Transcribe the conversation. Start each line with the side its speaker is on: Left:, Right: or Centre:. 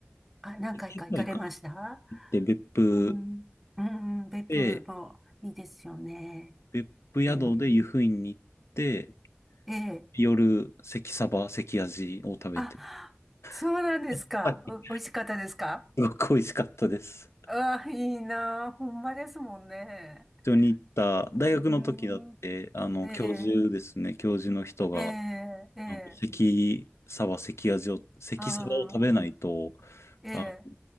Centre: あ、何回か行かれました
Left: 一回ぐらいかなって、別府
Centre: うん、うん、うん別府もいいですよね。
Left: で、別府宿で湯布院に行って、
Centre: うん、ええ
Left: 夜、関サバ、関アジを食べて、
Centre: あ、そうなんですか。
Left: <laughs> やっぱり
Centre: お、美味しかったですか
Left: すごく美味しかったです。
Centre: あ、いいなあ。ほんまですもんね。
Left: 一緒に行った、大学の時だって、
Centre: う
Left: あの、
Centre: ん、ええ
Left: 教授ですね、教授の人が、
Centre: ええええ
Left: あの、関サバ、関アジを、関サバを食べないと、
Centre: ああ。ええ。
Left: あ、